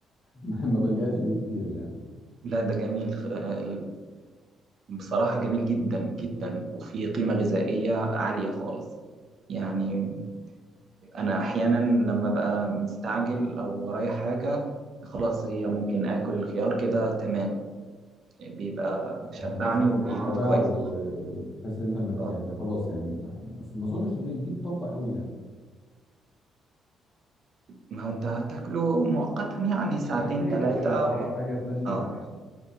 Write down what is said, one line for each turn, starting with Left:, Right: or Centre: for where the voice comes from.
Left: ما ما بلجأش ليه كتير يعني
Right: لا ده جميل خ- آه، بصراحة جميل جدا جدا وفيه قيمة غذائية عالية خالص يعني انا احيانا لما ببقى مستعجل او ورايا حاجه خلاص هي ممكن اكل الخيار كده تمام بيبقى شبعني
Left: يحسسك
Right: وبيت
Left: بالشبع
Right: كويس
Left: و- وتحس إن أنت م-
Right: اه
Left: يعني خلاص يعني ما- بس ما أظنش إنه يديك طاقة قوي يعني
Right: ما هو انت هتاكله مؤقتا يعني ساعتين
Left: سناك
Right: ثلاثه
Left: كده أه حاجة تمشي
Right: اه
Left: الدنيا